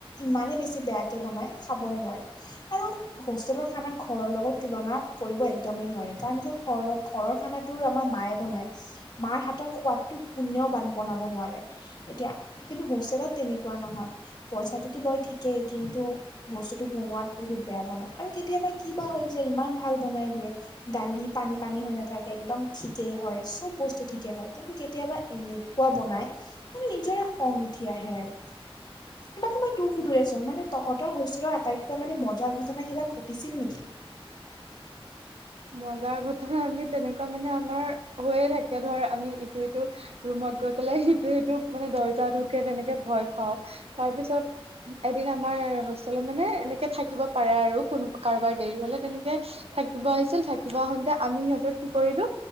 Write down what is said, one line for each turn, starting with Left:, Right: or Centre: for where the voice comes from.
Left: ইমানে বেছি বেয়াকে বনাই খাবই নোৱাৰি।
Right: <inaudible>
Left: আৰু হোষ্টেলৰ খানা ঘৰৰ লগত তুলনা কৰিব একদমেই নোৱাৰি, কাৰণ কিয় ঘৰৰ লগ ঘৰৰ খানা তোৰ আমাৰ মায়ে বনাই, মাৰ হাতৰ সোৱাটো কোনেও বনাব নোৱাৰে। এতিয়া কিন্তু হোষ্টেলত তেনেকুৱা নহয়। পইচাটোতো লয় ঠিকেই কিন্তু বস্তুটো বনোৱাত বহুত বেয়া বনাই। আৰু কেতিয়াবা কিবা হয় যায়, ইমান ভাল বনাই দিয়ে! দালি পানী পানী হৈ নাথাকে একদম ঠিকেই হয়, চব বস্তু ঠিকেই হয় কিন্তু কেতিয়াবা এনে কোৱা বনাই মানে নিজৰে খং উঠি আহে আৰু। বাকী মই তোক সুধো দে ছোন মানে তহঁতৰ হোষ্টেলৰ আটাইতকৈ মানে মজাৰ ঘটনা কিবা ঘটিছিল নেকি?
Right: মজাৰ ঘটনা আমি তেনেকুৱা মানে আমাৰ হৈয়ে থাকে ধৰ আমি ইটো সিটো ৰুমত গৈ পেলাই সেইটোৱে মানে দৰ্জা ঢুকে তেনেকে ভয় খুৱাও, তাৰপিছত এদিন আমাৰ হোষ্ট হোষ্টেলত মানে এনেকে থাকিব পাৰে আৰু কোনো কাৰোবাৰ দেৰি হলে তেনেকে থাকিব আহি আহিছিল থাকিবা আহোতে আমি সিহঁতক কি কৰিলো